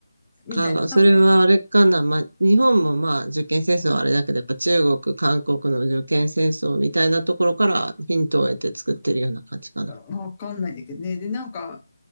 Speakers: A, on the left; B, on the right.
A: みたいな、
B: あ、
A: 多分、
B: それはあれかな。まあ、日本もまあ、受験戦争はあれだけど、やっぱ中国、韓国の受験戦争みたいなところからヒントを得て作ってるような感じかな。
A: わかんないんだけどね。で、なんか、